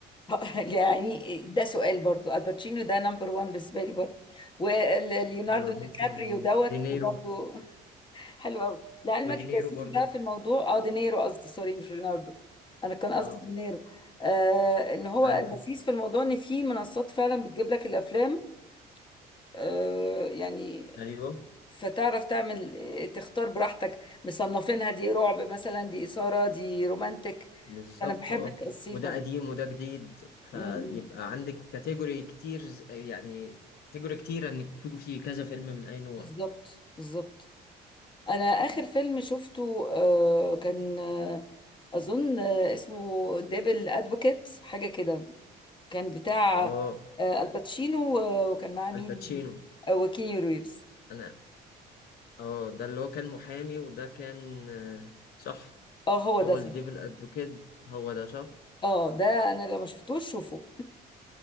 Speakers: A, on the left; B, on the left.
A: <laughs> يعني ده سؤال برضو الباتشينو ده نمبر وان بالنسبه لي برضو وليوناردو
B: وممكن
A: دي كابريو دوت
B: دينيرو
A: برضو حلو قوي لعلمك
B: ودينيرو
A: اللذيذ
B: برضو
A: بقى في الموضوع اه دينيرو قصدي سوري مش ليوناردو انا كان
B: اه
A: قصدي دينيرو آه ان هو
B: أيوه
A: اللذيذ في الموضوع ان في منصات فعلا بتجيب لك الافلام آه يعني
B: أيوه
A: فتعرف تعمل آه، تختار براحتك مصنفينها دي رعب مثلا دي اثاره دي رومانتك
B: بالظبط
A: انا بحب
B: اه
A: التقصيفه
B: وده
A: دي
B: قديم وده جديد فيبقى
A: م- م.
B: عندك كاتيجوري كتير ز- يعني كاتيجوري كتير إنك تشوفي كذا فيلم من أي نوع
A: بالظبط بالظبط انا اخر فيلم شفته آه، كان آه، اظن آه، اسمه ديفل ادفوكيت حاجه كده كان بتاع
B: اه
A: آه، الباتشينو آه، وكان معاه مين
B: الباتشينو
A: آه، وكيني ريفز
B: أنا اه ده اللي هو كان محامي وده كان آه، صح
A: اه هو
B: هو
A: ده صح
B: الديفل ادفوكيت هو ده صح
A: اه ده انا لما شفتوش شوفه